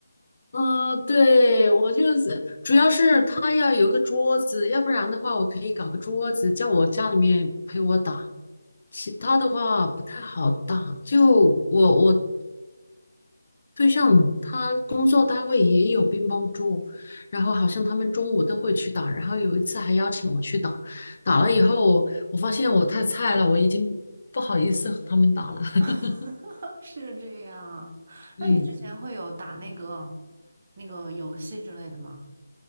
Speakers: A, on the left; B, on the right.
A: 嗯，对，我就是主要是他要有个桌子，要不然的话，我可以搞个桌子，叫我家里面陪我打。其他的话不太好打，就我我对象他工作单位也有乒乓桌，然后好像他们中午都会去打，然后有一次还邀请我去打，打了以后我发现我太菜了，我已经不好意思和他们打了，<laughs>
B: <laughs> 是这样，
A: 嗯。
B: 那你之前会有打那个那个游戏之类的吗？